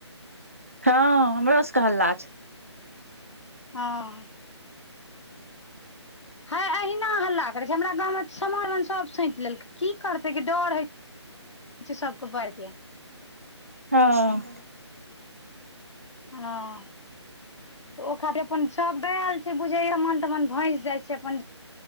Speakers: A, on the right; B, on the left.
A: हँ हमरो सऽ कऽ हल्ला छैय।
B: हँ। हैय अहिना हल्ला करे छैय हमरा गाँव मे समान उमान सब सैत लेलकै की करतै गे डर हय से सबके बऽर के
A: हँ।
B: हँ। ओ खातिर अपन सब द आयल छैय बुझै मन तऽ मन भैस जाइ छैय अपन